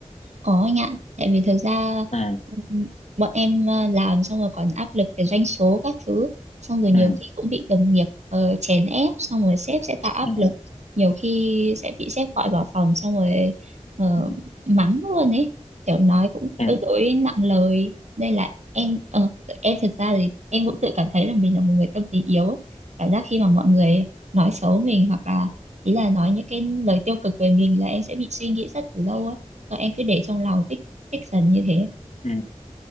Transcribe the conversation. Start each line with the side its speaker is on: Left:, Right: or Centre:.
Right: Có anh ạ, tại vì thực ra
Left: ừ
Right: ừm, bọn em ờ, làm xong rồi còn áp lực về doanh số các thứ, xong rồi nhiều
Left: ừ
Right: khi cũng bị đồng nghiệp ờ, chèn ép, xong rồi sếp sẽ tạo áp
Left: ừ
Right: lực, nhiều khi sẽ bị sếp gọi vào phòng xong rồi ờ,
Left: ừ
Right: mắng luôn ấy, kiểu nói cũng
Left: ừ,
Right: tương đối nặng lời, nên là em ờ, tự- em thực ra thì em cũng tự cảm thấy là mình là một người tâm lý yếu, ấy. cảm giác khi mà mọi người nói xấu mình hoặc là ý là nói những cái lời tiêu cực về mình là em sẽ bị suy nghĩ rất là lâu ấy và em cứ để trong lòng tích tích dần như thế
Left: ừ.